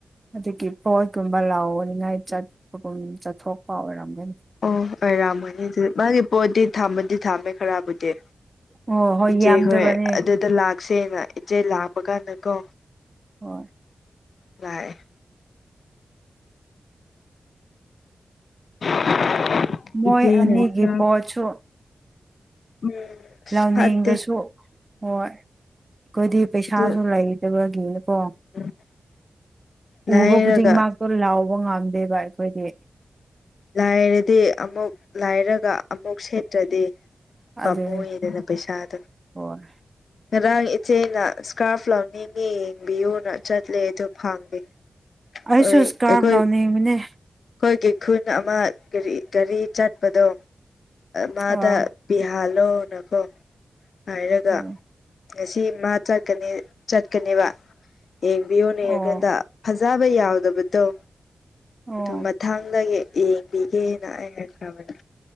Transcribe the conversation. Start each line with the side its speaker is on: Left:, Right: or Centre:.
Right: ꯑꯗꯨꯒꯤ ꯄꯣꯠꯀꯨꯝꯕ ꯂꯥꯎꯅꯤꯉꯥꯏ ꯆꯠꯄꯒꯨꯝ ꯆꯠꯊꯣꯛꯄ ꯑꯣꯏꯔꯝꯒꯅꯤ
Left: ꯑꯣ ꯑꯣꯏꯔꯝꯒꯅꯤ ꯑꯗꯨꯗꯤ ꯃꯥꯒꯤ ꯄꯣꯠꯗꯤ ꯊꯥꯝꯕꯗꯤ ꯊꯥꯝꯃꯦ ꯈꯔꯕꯨꯗꯤ
Right: ꯑꯣ
Left: ꯏꯆꯦ
Right: ꯌꯥꯝꯗꯕꯅꯦ
Left: ꯍꯣꯏ ꯑꯗꯨꯗ ꯂꯥꯛꯁꯦꯅ ꯏꯆꯦ ꯂꯥꯛꯄ ꯀꯥꯟꯗꯀꯣ
Right: ꯍꯣꯏ
Left: ꯥꯂꯥꯛꯏ <unintelligible>
Right: ꯃꯣꯏ
Left: ꯏꯆꯦꯅ
Right: ꯑꯅꯤꯒꯤ
Left: ꯁ꯭ꯀꯥꯔꯞ
Right: ꯄꯣꯠꯁꯣ
Left: ꯎꯝ
Right: ꯂꯥꯎꯅꯤꯡꯕꯁꯨ
Left: ꯐꯠꯇꯦ
Right: ꯍꯣꯏ ꯑꯩꯈꯣꯏꯗꯤ ꯄꯩꯁꯥꯁꯨ
Left: ꯑꯗꯨ
Right: ꯂꯩꯇꯕꯒꯤꯅꯦꯀꯣ
Left: ꯎꯝ ꯂꯥꯏꯔꯒ
Right: ꯎꯕ ꯈꯨꯗꯤ ꯃꯛꯇꯨ ꯂꯥꯎꯕ ꯉꯝꯗꯦꯕ ꯑꯩꯈꯣꯏꯗꯤ
Left: ꯂꯥꯏꯔꯗꯤ ꯑꯃꯨꯛ ꯂꯥꯏꯔꯒ ꯑꯃꯨꯛ ꯁꯦꯠꯇ꯭ꯔꯗꯤ ꯄꯃꯨ
Right: ꯑꯗꯨꯅꯤ
Left: ꯏꯅ ꯄꯩꯁꯥꯗꯨ
Right: ꯍꯣꯏ
Left: ꯉꯔꯥꯡ ꯏꯆꯦꯅ ꯏꯁꯀꯥꯔꯐ ꯂꯧꯅꯤꯡꯉꯦ ꯌꯦꯡꯕꯤꯌꯨꯅ ꯆꯠꯂꯦ ꯑꯗꯨ ꯐꯪꯗꯦ
Right: ꯑꯩꯁꯨ
Left: ꯑꯩꯈꯣꯏ
Right: ꯏꯁꯀꯥꯞ ꯂꯥꯎꯅꯤꯡꯕꯅꯦ
Left: ꯑꯩꯈꯣꯏꯒꯤ ꯈꯨꯟ ꯑꯃ ꯒꯥꯔꯤ ꯆꯠꯄꯗꯣ ꯃꯥꯗ
Right: ꯑꯥ
Left: ꯄꯤꯍꯥꯜꯂꯣꯅꯀꯣ ꯍꯥꯏꯔꯒ
Right: ꯑꯣ
Left: ꯉꯁꯤ ꯃꯥ ꯆꯠꯀꯅꯤ ꯆꯠꯀꯅꯦꯕ ꯌꯦꯡꯕꯤꯌꯣꯅꯦꯡꯀꯥꯟꯗ
Right: ꯑꯣ
Left: ꯐꯖ ꯆ ꯆꯥꯕ ꯌꯥꯎꯗꯕꯗꯣ
Right: ꯑꯣ
Left: ꯑꯗꯨ ꯃꯊꯥꯡꯗꯒꯤ ꯌꯦꯡꯕꯤꯒꯦꯅꯑ ꯍꯥꯏꯈ꯭ꯔꯕꯅꯤ